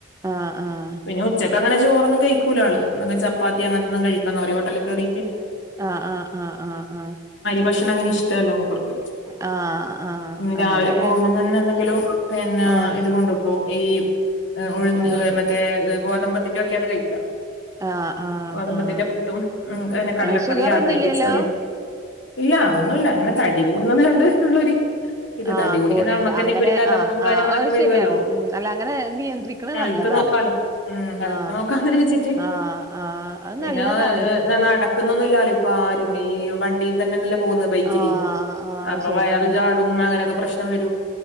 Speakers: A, on the right; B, on the left.
A: അ, ആ.
B: പിന്നെ, ഉച്ചക്ക അങ്ങനെ, ചോറൊന്നും കഴിക്കൂലാള്, എന്തെങ്കി, ചപ്പാത്തി, അങ്ങനത്തെന്തെങ്കിം, കഴിക്കാന്ന് പറയും, ഹോട്ടല്ല്, കേറീട്ട്.
A: ആഹ്, ആഹ്, ആഹ്, ആഹ്, ആ.
B: ഭക്ഷണം, അങ്ങനെ, ഇഷ്ടല്ല, മൂപ്പർക്ക്.
A: ആഹ് ആഹ്
B: രാവിലെ,
A: അങ്ങനെ
B: പോകുമ്പോ, തന്നെ, എന്തെങ്കിലും, പിന്നെ,
A: ആഹ്
B: ഇത്, കൊണ്ട് പോവും, ഈ എ, ഉഴ്ന്ന്,
A: ആഹ്
B: ഉ, മറ്റേ, ഗോതമ്പത്തിന്റെ ഒക്കെയാണ്, കഴിക്ക.
A: ആഹ് ആഹ്
B: ഗോതമ്പത്തിന്റെ,
A: ആഹ്
B: പുട്ടും, ഉം, <unintelligible> കടലക്കറിയ,
A: ഏഹ് ഷുഗറൊന്നുംല്ലല്ലോ
B: ഗ്രീൻപീസ്, കറിയ ഇല്ല, അതൊന്നുല്ല, അങ്ങനെ,
A: ആഹ്
B: തടി, കൂടുന്നത്, കണ്ട് ഉള്ളര് ഇത്,
A: ആഹ്
B: തടി കൂടിക്കഴിഞ്ഞ,
A: കൂടെണ്ട്
B: നമ്മുക്ക്ന്നെ,
A: അങ്ങനെ
B: ഇപ്പൊര്, കെതപ്പും,
A: ആഹ് ആഹ്
B: കാര്യങ്ങളൊക്കെ,
A: അത്
B: വരുവല്ലോ
A: ശരിയാണ് ഉം അല്ല അങ്ങനെ നിയന്ത്രിക്കണ
B: <unintelligible>
A: നല്ലതാണ്
B: നോക്കാലോ, ഉം, ഹെൽത്ത്,
A: ആഹ്
B: നോക്കാന്നൊരു വിചിട്ട്,
A: ആഹ് ആഹ് അത്
B: പിന്നെ,
A: നല്ലതാണ്
B: <unintelligible> നട നടക്കുന്നൊന്നുല്ലല്ലോ, ഇപ്പൊ, ആരും, ഈ, വണ്ടി <unintelligible> തെന്നെന്നല്ലെ, പോവുന്നത്, ബൈക്കില്,
A: ആഹ് ആഹ്
B: അപ്പൊ
A: ശരിയാണ്
B: വയറ് ചാടും, അങ്ങനെയൊക്കെ, പ്രശ്നം വരും.